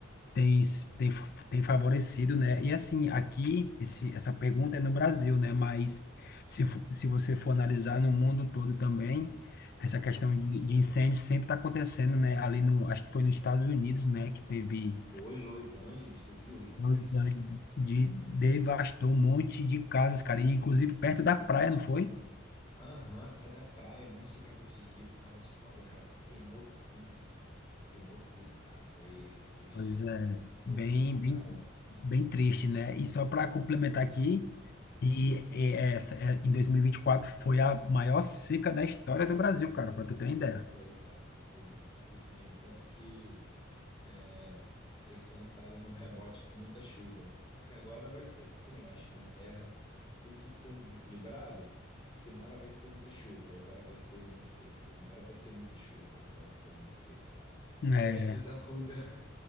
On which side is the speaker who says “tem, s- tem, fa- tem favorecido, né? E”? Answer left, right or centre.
Left